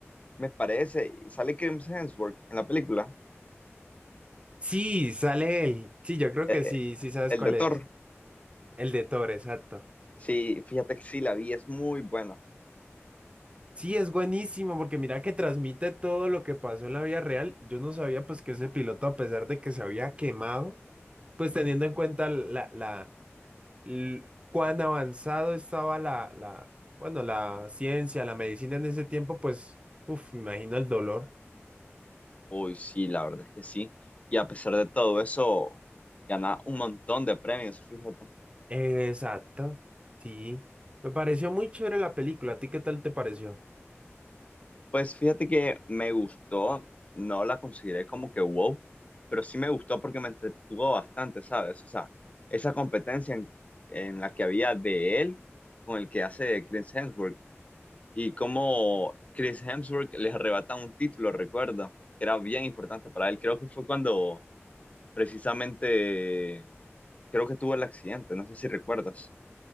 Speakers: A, on the left (about 30°); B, on the right (about 25°).
A: Me parece, sale Chris Hemsworth en la película,
B: Sí, sale él. Sí, yo creo
A: eh,
B: que
A: eh,
B: sí, sí sabes
A: el
B: cuál
A: de Thor.
B: es. El de Thor, exacto.
A: Sí, fíjate que sí, la vi, es muy buena.
B: Sí, es buenísimo porque mira que transmite todo lo que pasó en la vida real. Yo no sabía pues que ese piloto, a pesar de que se había quemado, pues teniendo en cuenta la, la, l- cuán avanzado estaba la, la, bueno, la ciencia, la medicina en ese tiempo, pues, uff, me imagino el dolor.
A: Uy, sí, la verdad es que sí. Y a pesar de todo eso, gana un montón de premios, fíjate.
B: Exacto, sí. Me pareció muy chévere la película. ¿A ti qué tal te pareció?
A: Pues fíjate que me gustó, no la consideré como que wow, pero sí me gustó porque me entretuvo bastante, ¿sabes? O sea, esa competencia en, en la que había de él con el que hace Chris Hemsworth y cómo Chris Hemsworth les arrebata un título, recuerdo, que era bien importante para él. Creo que fue cuando precisamente, creo que tuvo el accidente, no sé si recuerdas.